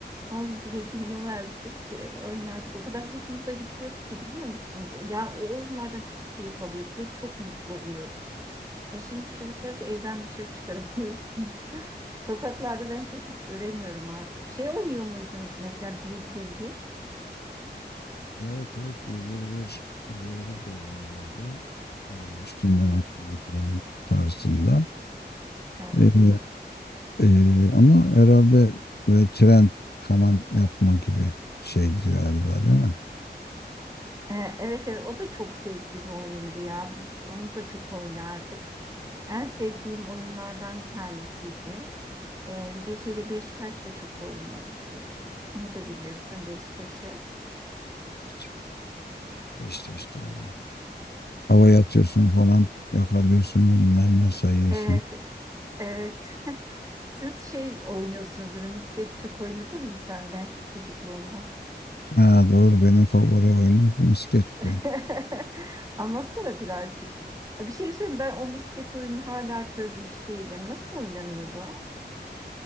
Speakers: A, on the right; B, on the left.
A: Ama biz yine dinlemezdik. E, Oynardık. O kadar hoşumuza gidiyordu ki biliyor musun? Ya o oyunlardan çok keyif alıyorduk ve çok mutlu oluyorduk. E şimdi çocukları da evden dışarı çıkaramıyorsun. <laughs> Sokaklarda ben çocuk göremiyorum artık. Şey oynuyor muydunuz mesela birdir bir?
B: Evet evet birileri bir birileri bir de oynanıyordu. Yani üstünden atlama falan tarzında.
A: E,
B: Ee, Ee, ama herhalde böyle tren falan yapma gibi bir şeydi galiba değil mi?
A: e, evet evet o da çok zevkli bir oyundu ya. Biz onu da çok oynardık. En sevdiğim oyunlardan bir tanesiydi. E, bir de şeyde Beşiktaş da çok oynuyorduk biz. Onu da bilirsin Beşiktaş'ı.
B: Hiç. Beşiktaş doğru. Havaya atıyorsun falan yakalıyorsun bilmem ne sayıyorsun.
A: Evet, Evet. <laughs> Siz şey oynuyorsunuzdur. Misket çok oynadın mı sen de çocukluğunda?
B: Ha doğru benim favori oyunum misketti.
A: <laughs> Anlatsana birazcık. Ya Bir şey söyleyeyim ben o misket oyunu hala çözmüş değilim. Nasıl oynanıyordu o?